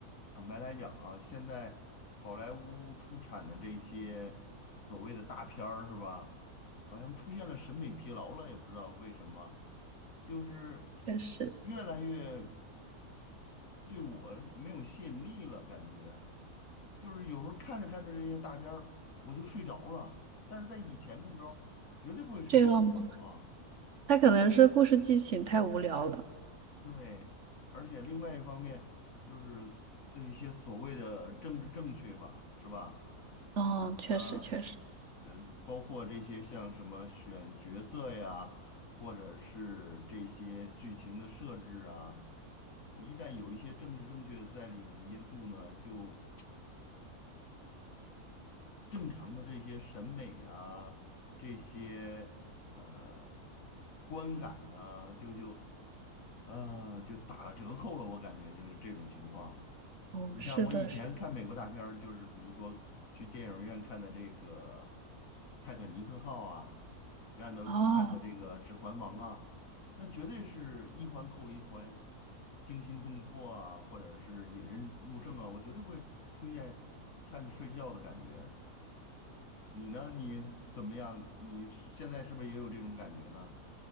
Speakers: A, on the left (about 60°); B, on the right (about 55°).
A: 坦白来讲啊，现在好莱坞出产的这些所谓的大片儿是吧，好像出现了审美疲劳了，也不知道为什么，就是
B: 确实
A: 越来越对我没有吸引力了，感觉就是有时候看着看着这些大片儿，我就睡着了，但是在以前的时候绝对不会出现这种情况。
B: 这样吗？他可能是故事剧情太无聊了。
A: 对，而且另外一方面就是这一些所谓的政治正确吧，是吧？
B: 哦，确实确实。
A: 嗯，呃，包括这些像什么选角色呀，或者是这些剧情的设置啊，一旦有一些政治正确在里面的因素呢，就。正常的这些审美啊，这些呃观感呢、就就呃就打了折扣了。我感觉就是这种情况。
B: 哦，
A: 你看，
B: 是的，
A: 我以前看美国大片儿，
B: 是的。
A: 就是比如说去电影院看的这个《泰坦尼克号》啊，让的看的这个《指环王》啊，
B: 哦。
A: 那绝对是一环扣一环，惊心动魄啊，或者是引人入胜啊，我绝对不会出现看着睡觉的感觉。你呢？你怎么样？你是现在是不是也有这种感觉呢？